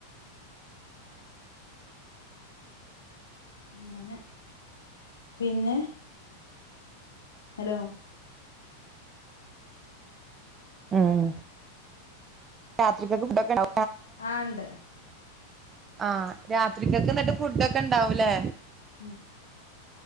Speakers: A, on the left; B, on the right.
A: അങ്ങനെ പിന്നെ ഹലോ
B: ഉം രാത്രിക്കത്തേക്ക് ഫുഡ് ഒക്കെ ഉണ്ടോ
A: ആഹ് ഉണ്ട്
B: ആഹ് രാത്രിക്കൊക്കെ എന്നിട്ട് ഫുഡ് ഒക്കെ ഉണ്ടാവും ല്ലേ
A: ഉം